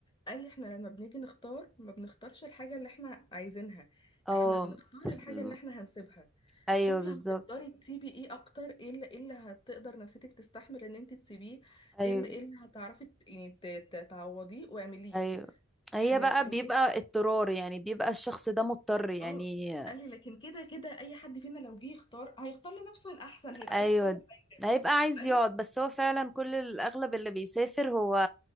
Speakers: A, on the left (about 20°); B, in the centre.
A: قال لي احنا لما بنيجي نختار ما بنختارش الحاجة اللي احنا عايزينها
B: اه
A: احنا بنختار
B: الم-
A: الحاجة اللي احنا هنسيبها
B: ايوه
A: شوفي
B: بالظبط
A: هتقدري تسيبي ايه اكتر ايه اللي, إيه اللي هتقدر نفسيتك تستحمل ان انت تسيبيه
B: ايوه
A: ايه اللي, إيه اللي هتعرفي ت- يعني ت- ت- تعوضيه واعمليه
B: ايوه هي
A: لكن
B: بقى بيبقى
A: ايه
B: اضطرار يعني بيبقى الشخص ده مضطر يعني
A: اه قال لي لكن كده كده اي حد فينا لو جه يختار هيختار لنفسه الاحسن هيبقى
B: ايوه
A: عايز كل حاجة
B: هيبقى عايز
A: قال
B: يقعد
A: لي
B: بس هو فعلا كل الاغلب اللي بيسافر هو